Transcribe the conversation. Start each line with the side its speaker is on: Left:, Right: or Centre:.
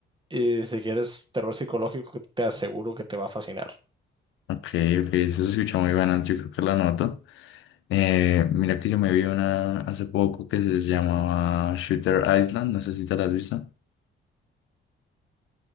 Right: y si quieres terror psicológico te aseguro que te va a fascinar.
Left: Ok, ok, eso se escucha muy bueno, yo creo que la noto. Eh, mira que yo me vi una hace poco que se llamaba Shooter Island, no sé si te la has visto.